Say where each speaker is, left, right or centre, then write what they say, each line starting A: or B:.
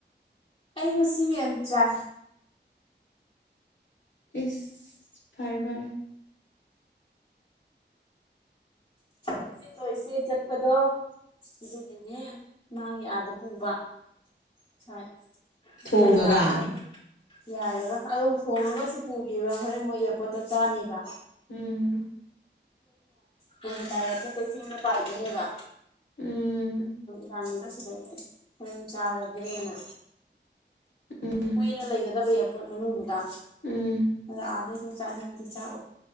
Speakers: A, on the left; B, on the left.
A: ꯑꯩꯕꯨ ꯁꯤꯟꯟ ꯆꯥꯏ
B: ꯏ ꯐꯔꯦ ꯐꯔꯦ <inaudible>
A: ꯆꯗꯣ ꯏꯆꯦ ꯆꯠꯄꯗꯣ ꯑꯗꯨꯒꯤꯅꯦ ꯃꯥꯒꯤ ꯑꯥꯗ ꯄꯨꯕ ꯁ꯭
B: ꯊꯣꯡꯉꯒ
A: ꯈꯔ ꯌꯥꯏꯔꯒ ꯌꯥꯏꯔꯒ ꯑꯗꯣ ꯁꯣꯡꯉꯒꯁꯨ ꯄꯨꯒꯦꯕ ꯍꯣꯔꯦꯟ ꯃꯣꯏ ꯑꯦꯌꯥꯔꯄꯣꯔꯠꯇ ꯆꯥꯅꯤꯕ
B: ꯎꯝ
A: ꯊꯅꯗꯥꯈ ꯀ ꯊꯤꯅ ꯄꯥꯏꯗꯅꯦꯕ
B: ꯎꯝ
A: ꯗꯥꯡꯉꯤꯕ ꯁꯤꯗꯒꯤ ꯍꯝ ꯆꯥꯔꯒꯦꯅ
B: ꯎꯝ
A: ꯀꯨꯏꯅ ꯂꯩꯒꯗꯕ ꯏꯌꯥꯔꯄꯣꯔꯠ ꯃꯅꯨꯡꯗꯨꯗ
B: ꯎꯝ
A: ꯑꯗ ꯑꯥꯗꯩ ꯑꯗꯨ ꯆꯥꯅꯤꯡꯗꯨ ꯆꯥꯛ